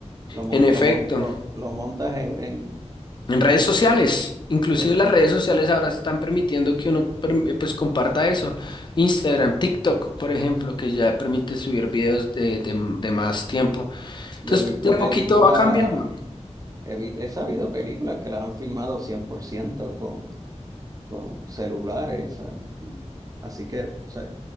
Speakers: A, on the right (about 30°); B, on the left (about 40°).
A: lo, mon-
B: en efecto,
A: lo, mon- lo, lo montas en, en,
B: en redes
A: en-
B: sociales,
A: en-
B: inclusive
A: le-
B: las redes sociales ahora están permitiendo que uno perm- pues comparta eso, Instagram, TikTok, por ejemplo, que ya permite subir videos de, de, de más tiempo, entonces
A: yo he visto
B: de a
A: películas,
B: poquito va cambiando.
A: he, vi- he sabido películas que las han filmado 100% con, con celulares, ¿sabes? Y- Así que, o sea,